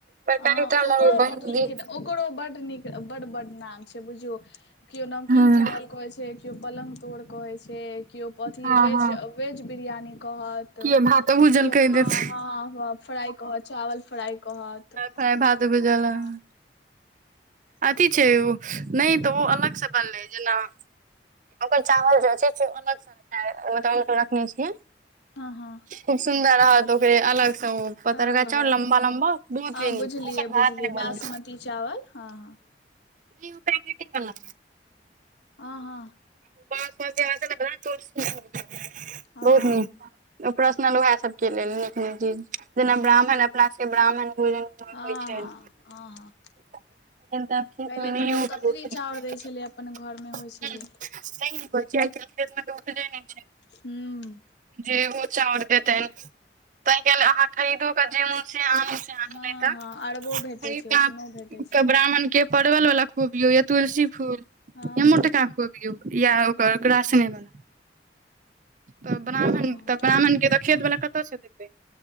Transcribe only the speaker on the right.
तरकारीटा
हमर
बहिन
दी
हँ
हँ
हँ
किये भातो भूजल
कहि
देतै
फ्राई भात
भूजलऽ। अथी छै ओ नैय तऽ ओ अलग स बनलय जेना ओकर चावल जे छै से ओ अलग स रखैल मतलब ओहिन कऽ रखने छियै।
खूब सुन्दर रहत ओकरे अलग स ओ पतरका
चाउर लम्बा लम्बा। बहुत
नीक
ओकर भात
नहि बनल
नय ओ पैकेटेवला।
तोहर ब्याह हेतौ न
<unintelligible> बहुत नीक। प्रसनल उहै सबके लेल नीक नीक चीज जेना ब्राह्मण अपना सबके ब्राह्मण भोजन तऽ
होइ
छैन।
तहन तऽ आब खेत
में नहिये
उपजय
छैन
हुं।
नैय नीक होइ छै आइ-काइल के डेट में तऽ उतरय नैय छै।
जे ओ चाउर देतैन तहिं काल अहाँ खरीदो कऽ जे मून छै आम छै आम
नैय
तऽ
<unintelligible> ब्राह्मण के परवल वाला खुअबियौ या तुलसी फूल
या
मोटका खुअबियौ या ओकर
ग्रासने
वला तऽ ब्राह्मण
तऽ ब्राह्मणके तऽ खेत वला कत्तऽ स देतय